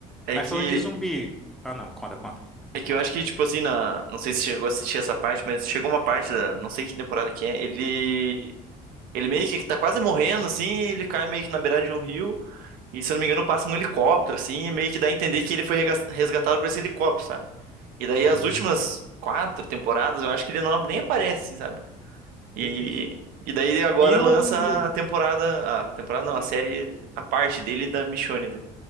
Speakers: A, on the right; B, in the centre.
A: É
B: Mas
A: que
B: falando de zumbi, ah não, conta, conta, pode
A: é que
B: contar.
A: eu acho que tipo assim, na, não sei se chegou a assistir essa parte, mas chegou uma parte da, não sei que temporada que é, ele ele meio que tá quase morrendo assim, e ele cai meio que na beirada de um rio, e se eu não me engano passa um helicóptero assim, e meio que dá a entender que ele foi rega- resgatado por esse helicóptero, sabe? E daí
B: Hum,
A: as últimas quatro temporadas, eu acho que ele não nem aparece, assim, sabe? E,
B: Beleza.
A: e daí agora
B: E
A: lança
B: o.
A: a temporada. A temporada não, a série, a parte dele da Michonne. daí.